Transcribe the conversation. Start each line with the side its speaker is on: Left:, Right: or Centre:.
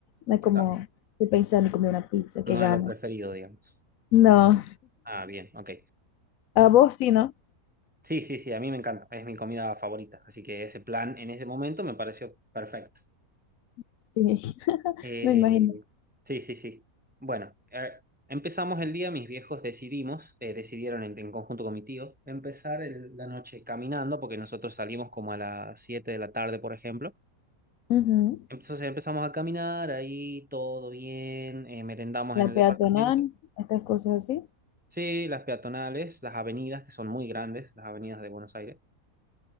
Left: No es como
Centre: Claro.
Left: estoy pensando en comer una pizza,
Centre: No
Left: qué ganas.
Centre: es lo preferido, digamos.
Left: No,
Centre: Ah, bien, ok.
Left: a vos sí, ¿no?
Centre: Sí, sí, sí, a mí me encanta, es mi comida favorita, así que ese plan en ese momento me pareció perfecto.
Left: Sí, <laughs>
Centre: Eh,
Left: me imagino.
Centre: sí, sí, sí. Bueno, eh, empezamos el día, mis viejos decidimos, eh, decidieron en, en conjunto con mi tío, empezar el- la noche caminando, porque nosotros salimos como a las 7 de la tarde, por ejemplo.
Left: Ujú.
Centre: Entonces empezamos a caminar, ahí todo bien, eh, merendamos en
Left: La
Centre: el departamento.
Left: peatonal, estas cosas así.
Centre: Sí, las peatonales, las avenidas, que son muy grandes, las avenidas de Buenos Aires.